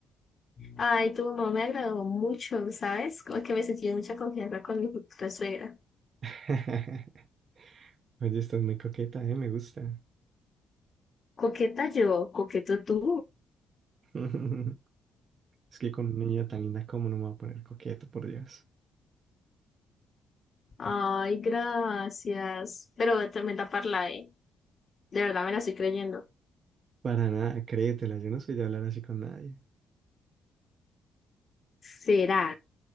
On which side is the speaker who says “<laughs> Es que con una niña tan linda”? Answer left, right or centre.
Right